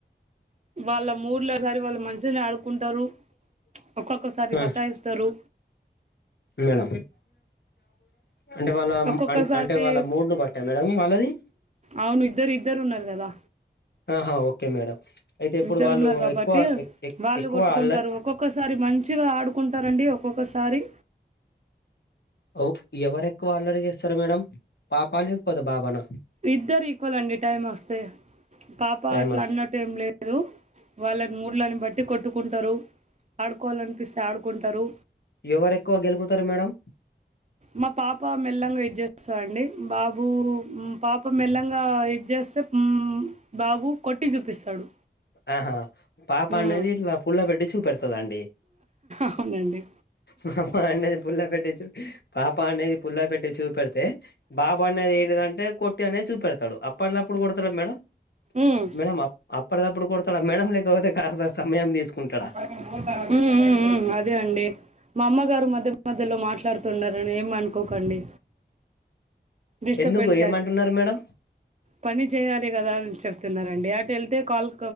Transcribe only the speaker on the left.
ఆ
మేడం అంటే వాళ్ళ
అ అంటే వాళ్ళ మూడును బట్టా మేడం వాళ్ళది
ఆహా ఓకే మేడం అయితే ఇప్పుడు
వాళ్ళు
ఎక్కువ
ఎక్కువ
అల్ల
అవ్ ఎవరెక్కువ అల్లరి చేస్తారు మేడం పాప లేకపోతే బాబనా
టైమస్
ఎవరెక్కువ గెలుకుతారు మేడం
ఆహా పాప
అనేది ఇట్లా పుల్ల పెట్టి చూపెడతదండి
పాప అనేది పుల్ల పెట్టి చూ పాప అనేది పుల్ల పెట్టి చూపెడితే బాబా అనేది ఏంటిదంటే కొట్టి అనేది చూపెడత డు అప్పటిదప్పుడు కొడతా మేడం
మేడం అప్పటిదప్పుడు మేడం లేకపోతే కాస్త సమయం తీసుకుంటాడా
ఎందుకు ఏమంటున్నారు
మెడం